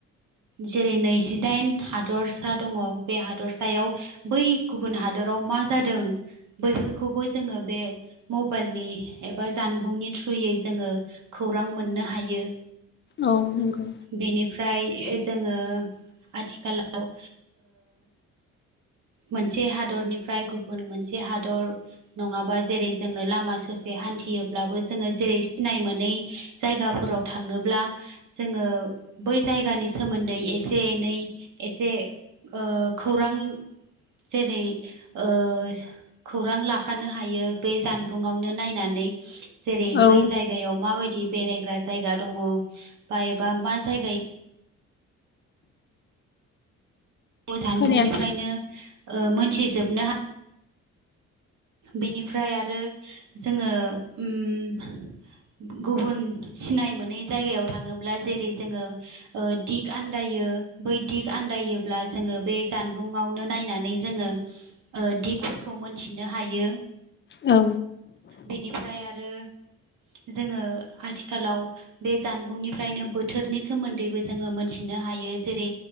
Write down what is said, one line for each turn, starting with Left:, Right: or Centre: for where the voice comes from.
Right: जेरै नैजिदाइन हादरसा दङ बे हादरसायाव बै गुबुन हादराव मा जादों बैफोरखौबो जोङो बे मबाइलनि एबा जानबुंनि थ्रुयै जोङो खौरां मोननो हायो।
Left: औ नंगौ।
Right: बेनिफ्राय जोङो आथिखालाव मोनसे हादरनिफ्राय गुबुन मोनसे हादर नङाबा जेरै जोङो लामा ससे हान्थियोब्लाबो जोङो जेरै सिनाय मोनै जायगाफोराव थाङोब्ला जोङो बै जायगानि सोमोन्दै एसे एनै एसे ओ खौरां जेरै ओ खौरां लाखानो हायो बे जानबुंआवनो नायनानै जेरै
Left: औ
Right: बै जायगायाव माबायदि बेरायग्रा जायगा दङ बा एबा मा जायगायाव जानबुंनिफ्रायनो
Left: खोनाया
Right: ओ मोनथिजोबनो हायो। बेनिफ्राय आरो जोङो ओम गुबुन सिनाय मोनै जायगायाव थाङोब्ला जेरै जोङो ओ दिग आन्दायो बै दिग आन्दायोब्ला जोङो बे जानबुंआवनो नायनानै जोङो ओ दिगफोरखौ मोनथिनो हायो।
Left: औ।
Right: बेनिफ्राय आरो जोङो आथिखालाव बे जानबुंनिफ्रायनो बोथोरनि सोमोन्दैबो जोङो मोनथिनो हायो। जेरै